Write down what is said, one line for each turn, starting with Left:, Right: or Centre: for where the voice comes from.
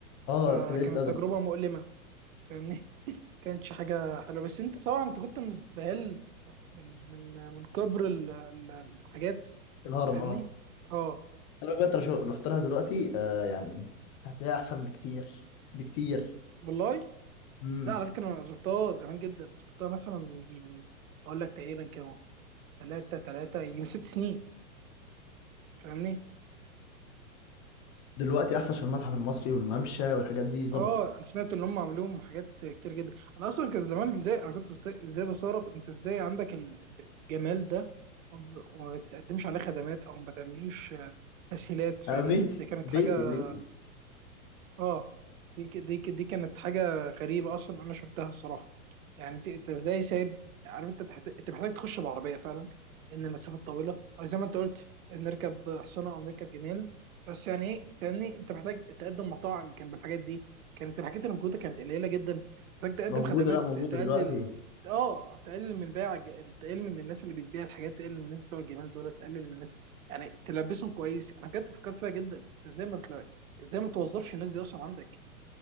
Left: اه
Right: فكانت
Left: بتبقى قله ادب
Right: تجربه مؤلمه فاهمني كانتش حاجه حلوه بس انت طبعا انت كنت مستهل من من من كبر ال- ال- الحاجات
Left: الهرم
Right: فاهمني
Left: اه
Right: اه
Left: انا بجد لو شو- رحت لها دلوقتي آه يعني هتلاقيها احسن بكتير بكتير
Right: والله
Left: امم
Right: لا على فكره انا زرتها زمان جدا زرتها مثلا من يجي من اقول لك تقريبا كانوا ثلاثة ثلاثة يجي من ست سنين فاهمني
Left: دلوقتي احسن عشان المتحف المصري والممشى والحاجات دي ظبطت
Right: اه انا سمعت ان هم عملوهم حاجات كتير جدا انا اصلا كان زمان ازاي انا كنت ازاي, إزاي بستغرب انت ازاي عندك ال- ال- الجمال ده وما بتقدمش عليه خدمات او ما بتعمليش آه، تسهيلات فاهمني
Left: آه بيتي
Right: دي كانت
Left: بيتي
Right: حاجه
Left: بيتي
Right: اه دي ك- دي ك- دي كانت حاجه غريبه اصلا انا شفتها الصراحه يعني انت انت ازاي سايب عارف انت تحت... انت محتاج تخش بعربيه فعلا ان المسافه طويله او زي ما انت قلت نركب حصانه او نركب جمال بس يعني ايه فاهمني انت محتاج تقدم مطاعم جنب الحاجات دي كانت الحاجات اللي موجوده كانت قليله جدا محتاج تقدم
Left: موجوده
Right: خدمات
Left: لا موجوده
Right: تقلل
Left: دلوقتي
Right: اه تقلل من بيع ج- تقلل من الناس اللي بتبيع الحاجات تقلل من الناس بتوع الجمال دول تقلل من الناس يعني تلبسهم كويس انا بجد فكرت فيها جدا انت ازاي ما ازاي ما توظفش الناس دي اصلا عندك